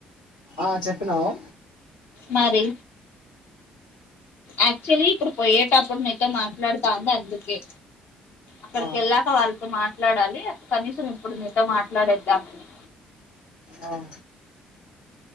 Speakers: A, on the left; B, on the left.
A: ఆ చెప్పినావ్
B: మారి యాక్చువల్లీ ఇప్పుడు పోయేటప్పుడు నీతో మాట్లాడుతాంది అందుకే అక్కడ్క్
A: ఆ
B: ఎళ్ళాక వాళ్ మాట్లాడాలి కనీసం ఇప్పుడు నీతో మాట్లాడెద్దాం అని
A: ఆ